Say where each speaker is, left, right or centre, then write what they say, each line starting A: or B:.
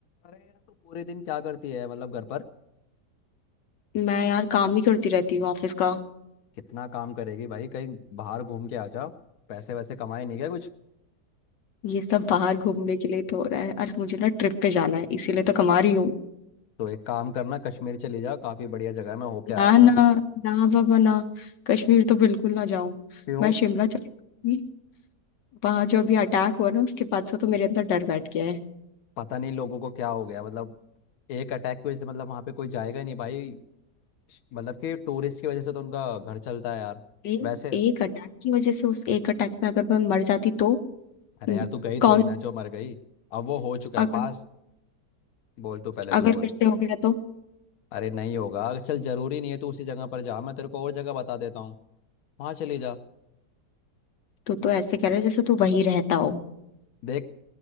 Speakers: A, on the left; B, on the left.
A: अरे यार तू पूरे दिन क्या करती है मतलब घर पर
B: मैं यार काम ही करती रहती हूँ ऑफिस का
A: कितना काम करेगी भाई कहीं बाहर घूम के आ जा पैसे वैसे कमाए नहीं गए कुछ
B: ये सब बाहर घूमने के लिए तो हो रहा है अरे मुझे ना ट्रिप पे जाना है इसीलिए तो कमा रही हूँ
A: तो एक काम करना कश्मीर चली जा काफी बढ़िया जगह है मैं होके आया
B: ना
A: था
B: ना ना बाबा ना कश्मीर तो बिल्कुल ना जाऊं
A: क्यों
B: मैं शिमला चली जाऊंगी वहां जो अभी अटैक हुआ ना उसके बाद से तो मेरे अंदर डर बैठ गया है
A: पता नहीं लोगों को क्या हो गया मतलब एक अटैक की वजह से मतलब वहां पे कोई जाएगा ही नहीं भाई श- मतलब कि टूरिस्ट की वजह से तो उनका घर चलता है यार
B: ए,
A: वैसे
B: एक अटैक की वजह से उस एक अटैक में अगर मैं मर जाती तो हम्म,
A: अरे यार तू गई
B: कौन
A: थोड़ी ना जो मर गई अब वो हो चुका है
B: अगर
A: पास बोल तू पहले
B: अगर
A: तू बोल
B: फिर से हो गया तो
A: अरे नहीं होगा चल जरूरी नहीं है तू उसी जगह पर जा मैं तेरे को और जगह बता देता हूँ वहां चली जा
B: तो तो ऐसे कह रहे जैसे तू वहीं रहता हो
A: देख